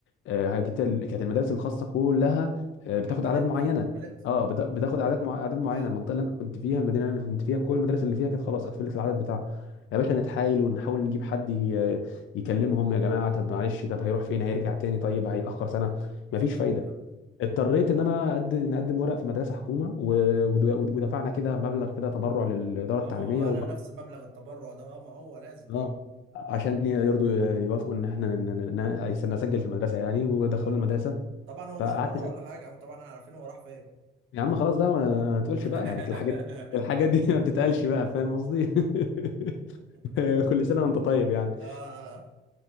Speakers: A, on the left; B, on the right.
A: آه، جيت ال- كانت المدارس الخاصه كلها آه، بتاخد
B: بلت
A: اعداد معينه
B: بلت
A: اه بتا- بتاخد اعداد مع... اعداد معينه
B: اه
A: المنطقه اللي انا كنت فيها المدينه اللي انا كنت فيها كل المدارس اللي فيها كانت خلاص قفلت العدد بتاعها يا باشا نتحايل ونحاول نجيب حد ي- يكلمهم يا جماعه طب معلش طب هيروح فين هيرجع تاني طيب هيتاخر سنه
B: يا
A: مفيش
B: نهار
A: فايده
B: ابيض
A: اضطريت ان انا اقدم نقدم ورق في مدرسه حكومه و... ود- ودفعنا كده مبلغ كده تبرع للاداره
B: اه
A: التعليميه
B: ما هو انا نفس مبلغ التبرع ده اه ما هو لازم
A: اه
B: طبعا
A: عشان يرضوا يوافقوا ان احنا ن- ن- ن- نسجل في المدرسه يعني ودخلوا
B: اه
A: المدرسه
B: طبعا هو
A: فقعدت
B: مش تبرع
A: س-
B: ولا حاجه احنا طبعا احنا عارفين هو راح فين
A: يا عم خلاص بقى ما ما تقولش
B: <laughs>
A: بقى يعني الحاجات الحاجات دي ما بتتقالش بقى فاهم قصدي <laughs>
B: <laughs>
A: كل سنه وانت طيب يعني
B: اه